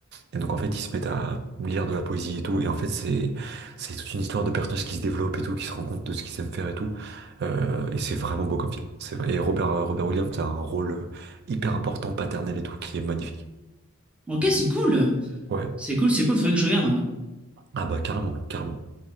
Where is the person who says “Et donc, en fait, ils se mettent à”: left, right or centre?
Right